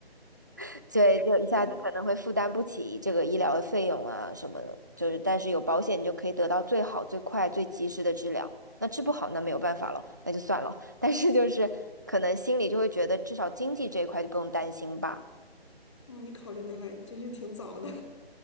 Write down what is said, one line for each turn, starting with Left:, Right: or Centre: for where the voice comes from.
Right: <laughs> 对，就一下子可能会负担不起这个医疗的费用啊什么的，
Left: 嗯，
Right: 就是但是有保险，你就可以得到最好、最快、最及时的治疗。那治不好，那没有办法了，那就算了。<laughs> 但是就是可能心里就会觉得，至少经济这一块就不用担心吧。
Left: 哦，你考虑的还真是挺早的，